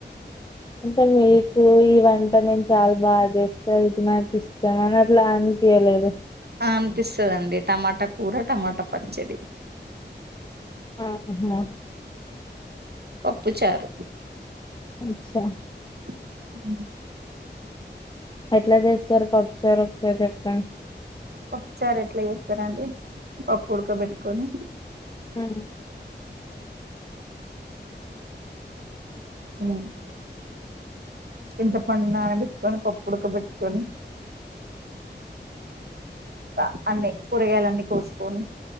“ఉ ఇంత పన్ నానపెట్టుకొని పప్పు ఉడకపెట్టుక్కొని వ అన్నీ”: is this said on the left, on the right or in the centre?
Right